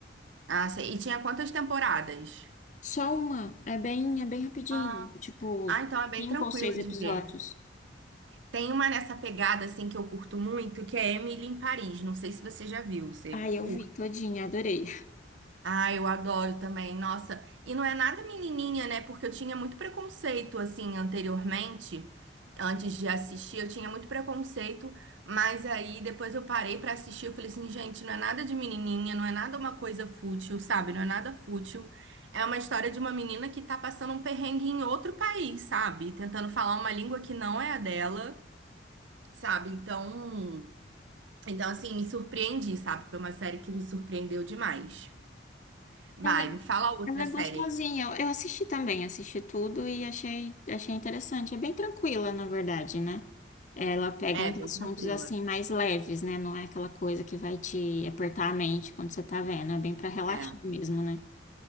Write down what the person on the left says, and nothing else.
Só uma. É bem, é bem rapidinho,
tipo,
cinco
ou seis episódios.
Ai,
eu vi todinha, adorei.
Ela,
ela é
gostosinha. Eu, eu assisti também, assisti tudo e achei, achei interessante. É bem tranquila, na verdade, né? Ela pega
uns
assuntos
assim mais leves, né? Não é aquela coisa que vai te apertar a mente quando você tá vendo. É bem pra relaxar
mesmo, né?